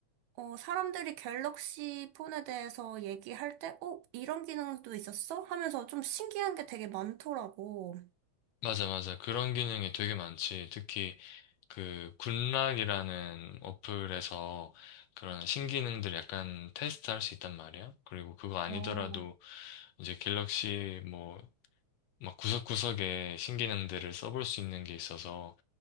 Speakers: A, on the right (about 80°); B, on the left (about 75°).
A: 어, 사람들이 갤럭시 폰에 대해서 얘기할 때, 어, 이런 기능도 있었어? 하면서 좀 신기한 게 되게 많더라고.
B: 맞아, 맞아. 그런 기능이 되게 많지. 특히 그 굿락이라는 어플에서 그런 신기능들 약간 테스트할 수 있단 말이야. 그리고 그거 아니더라도
A: 어.
B: 이제 갤럭시 뭐 막 구석구석에 신기능들을 써볼 수 있는 게 있어서